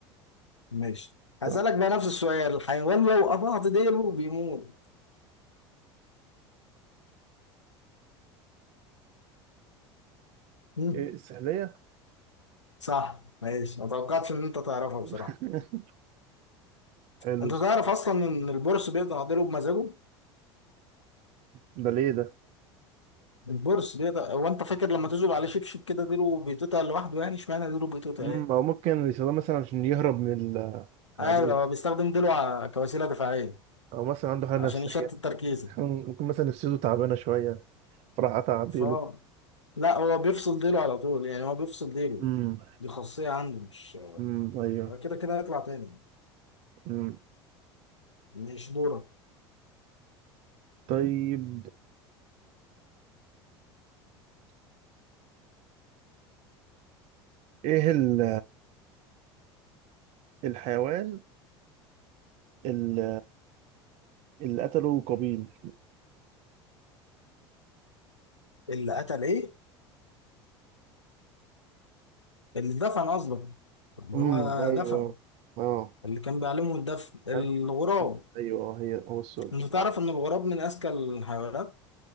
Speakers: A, on the left; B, on the right.
A: ماشي هسألك
B: صح
A: بقى نفس السؤال الحيوان لو قطعت ديله بيموت مم.
B: إيه السحلية
A: صح ماشي ما توقعتش ان انت تعرفها بصراحة
B: <laughs> حلو
A: انت
B: السؤال.
A: تعرف اصلا ان البورس بيقطع ديله بمزاجه
B: ده ليه ده؟
A: البورس بيقطع هو انت فاكر لما تذوب عليه شبشب كده ديله بيتقطع لوحده يعني اشمعنى ديله بيتقطع
B: مم،
A: ايه
B: او ممكن يستخدمها مثلا عشان يهرب من ال- العدو
A: ايوه هو بيستخدم ديله ع- كوسيله دفاعيه
B: او مثلا عنده حاله
A: عشان
B: نفسيه
A: يشتت تركيزه
B: <laughs> مم، ممكن مثلا نفسيته تعبانه شويه فراح قطع عديله
A: ف لا هو بيفصل ديله على طول يعني هو بيفصل ديله
B: امم
A: دي خاصيه عنده مش
B: امم ايوه
A: هو كده كده هيطلع تاني
B: امم
A: مش دورك
B: طيب ايه ال الحيوان ال- اللي قتله قابيل
A: اللي قتل ايه اللي دفن قصدك اللي
B: امم
A: هو
B: ايوه
A: دفن
B: اه
A: اللي كان بيعلمه الدفن الغراب
B: ايوه ايوه هي هو السؤال
A: انت
B: ده
A: تعرف ان الغراب من اذكى الحيوانات